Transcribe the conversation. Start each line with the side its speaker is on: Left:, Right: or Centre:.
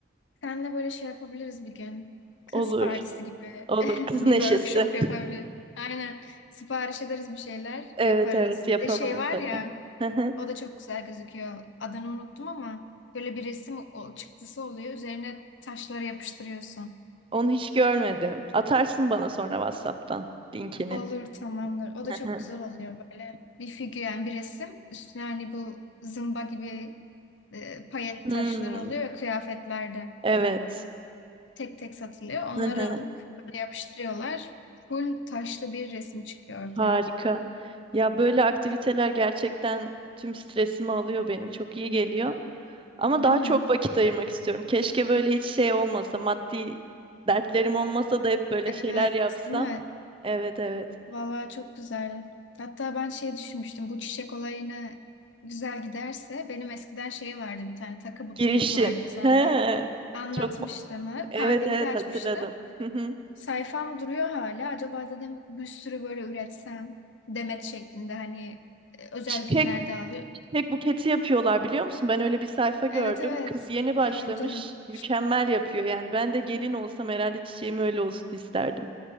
Left: Seninle böyle şey yapabiliriz bir gün. Kız
Right: Olur,
Left: partisi gibi
Right: olur.
Left: <laughs>
Right: Kız
Left: bir
Right: neşesi.
Left: workshop yapabiliriz. Aynen. Sipariş ederiz bir şeyler
Right: Evet,
Left: yaparız.
Right: evet yapalım
Left: Bir de şey
Right: mutlaka.
Left: var ya,
Right: <laughs>
Left: o da çok güzel gözüküyor. Adını unuttum ama böyle bir resim o- çıktısı oluyor. Üzerine taşları yapıştırıyorsun.
Right: Onu hiç görmedim. Atarsın bana sonra WhatsApp'tan linkini.
Left: Olur tamamdır.
Right: <laughs>
Left: O da çok güzel oluyor böyle bir figür yani bir resim. Üstüne hani bu zımba gibi e, payet
Right: Hmm,
Left: taşları oluyor ya kıyafetlerde.
Right: evet.
Left: Tek tek satılıyor. Onları
Right: <laughs>
Left: alıp böyle yapıştırıyorlar. Full taşlı bir resim çıkıyor ortaya.
Right: Harika. Ya böyle aktiviteler gerçekten tüm stresimi alıyor benim. Çok iyi geliyor. Ama
Left: Değil
Right: daha
Left: mi?
Right: çok vakit ayırmak istiyorum. Keşke böyle hiç şey olmasa, maddi dertlerim olmasa da hep böyle şeyler
Left: Evet,
Right: yapsam.
Left: değil mi?
Right: Evet evet.
Left: Vallahi çok güzel. Hatta ben şey düşünmüştüm. Bu çiçek olayına güzel giderse benim eskiden şey vardı bir tane takı butiğim
Right: Girişim.
Left: vardı. Sana
Right: He.
Left: da anlatmıştım.
Right: Çok mu-
Left: ha.
Right: evet
Left: Pandemide
Right: evet
Left: açmıştım.
Right: hatırladım. Hı hı.
Left: Sayfam duruyor hala. Acaba dedim bir sürü böyle üretsem demet şeklinde hani e, özel
Right: Çiçek,
Left: günlerde alıyor.
Right: çiçek buketi yapıyorlar biliyor musun? Ben öyle bir sayfa gördüm.
Left: Evet evet
Right: Kız yeni
Left: gördüm.
Right: başlamış. Mükemmel yapıyor yani. Ben de gelin olsam herhalde çiçeğim öyle olsun isterdim.